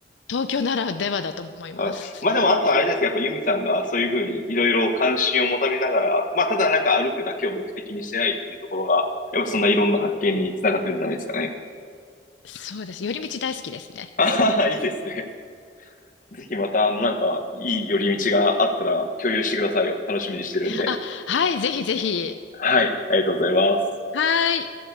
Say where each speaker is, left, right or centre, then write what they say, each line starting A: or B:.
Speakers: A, on the left; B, on the left.
A: 東京ならではだと思います。
B: はい。まあでも、あとあれですけど、やっぱユミさんがそういうふうにいろいろ関心を持たれながら、まあただなんか歩くだけを目的にしてないっていうところが、やっぱそんないろんな発見につながってるんじゃないですかね。
A: そうです。寄り道大好きですね。
B: あははいいですね。ぜひまた、あの、なんか、いい寄り道があったら共有してくださいよ。楽しみにしてるんで。
A: あ、はい、ぜひぜひ。
B: はい。ありがとうございます。
A: はい。